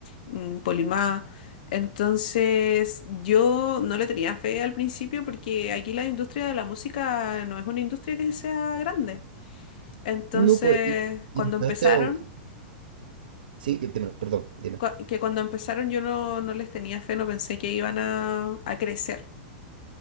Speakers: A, on the left; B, on the right.
A: mm, Polimá. Entonces, yo no le tenía fe al principio porque aquí la industria de la música no es una industria que sea grande. Entonces,
B: No, pues, y,
A: cuando
B: y hasta
A: empezaron,
B: este... mo- Sí, dime, perdón, dime.
A: cua- que cuando empezaron yo no, no les tenía fe, no pensé que iban a, a crecer.